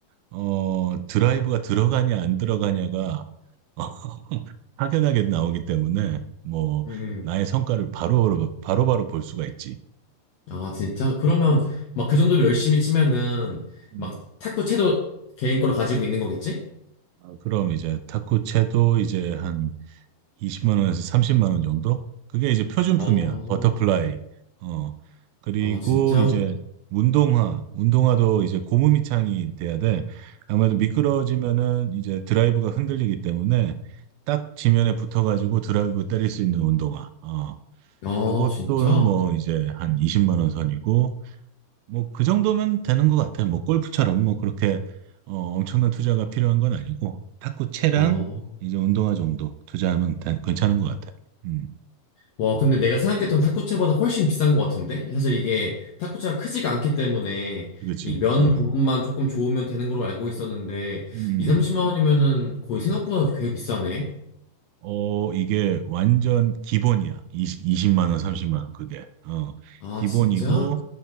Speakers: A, on the right (about 80°); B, on the left (about 70°).
A: 어 드라이브가 들어가냐 안 들어가냐가 <laughs> 확연하게 나오기 때문에 뭐
B: 음. 음.
A: 나의 성과를 바로 바로 바로 볼 수가 있지.
B: 아, 진짜? 그러면 막 그 정도로 열심히 치면은
A: 음.
B: 막 탁구채도 개인 걸로 가지고 있는 거겠지?
A: 아, 그럼 이제 탁구채도 이제 한 20만 원에서 30만 원 정도? 그게 이제 표준품이야.
B: 어,
A: 버터플라이. 어. 그리고
B: 아, 진짜?
A: 이제 운동화. 운동화도 이제 고무 밑창이 돼야 돼. 아무래도 미끄러지면은 이제 드라이브가 흔들리기 때문에 딱 지면에 붙어가지고 드라이브 때릴 수 있는 운동화. 어.
B: 아,
A: 그것도
B: 진짜?
A: 뭐 이제 한 20만 원 선이고 뭐 그 정도면 되는 것 같아요. 뭐 골프처럼 뭐 그렇게 어, 엄청난 투자가 필요한 건 아니고 탁구 채랑
B: 어.
A: 이제 운동화 정도 투자하면 다- 괜찮은 것 같아요. 음,
B: 와, 근데 내가 생각했던 탁구채보다 훨씬 비싼 것 같은데? 사실 이게 탁구채가 크지가 않기 때문에
A: 그렇지.
B: 이 면
A: 어.
B: 부분만 조금 좋으면 되는 걸로 알고
A: 음,
B: 있었는데
A: 음, 음.
B: 2, 30만 원이면은 거의 생각보다 꽤 비싸네.
A: 어, 이게 완전 기본이야. 20, 이십만 원, 30만 원 그게. 어,
B: 아,
A: 기본이고
B: 진짜?